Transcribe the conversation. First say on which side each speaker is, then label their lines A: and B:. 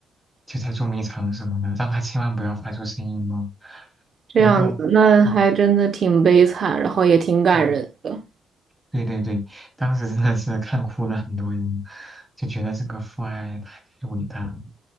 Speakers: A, in the centre; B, on the right.
A: 就在捉迷藏什么的，让他千万不要发出声音哦。”
B: 这样子，
A: 然后，
B: 那还真的挺悲惨，
A: 对，
B: 然后也挺感人的。
A: 嗯，对对对，当时真的是看哭了很多人，就觉得这个父爱太伟大了。